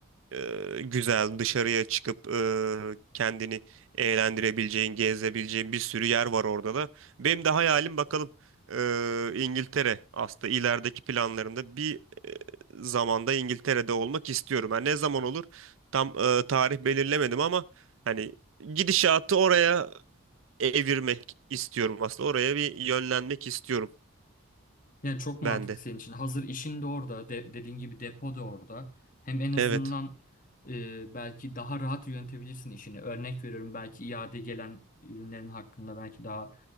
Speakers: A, on the right; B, on the left.
A: e, güzel dışarıya çıkıp e, kendini eğlendirebileceğin, gezebileceğin bir sürü yer var orada da. Benim de hayalim bakalım e, İngiltere aslında ilerideki planlarımda bir e, zamanda İngiltere'de olmak istiyorum. Yani ne zaman olur tam e, tarih belirlemedim ama hani gidişatı oraya evirmek istiyorum aslında. Oraya bir yönlenmek istiyorum
B: Yani çok mantıklı
A: ben de.
B: senin için. Hazır işin de orada. de- dediğin gibi depo da orada. Hem en azından
A: Evet.
B: e, belki daha rahat yönetebilirsin işini. Örnek veriyorum belki iade gelen ürünlerin hakkında belki daha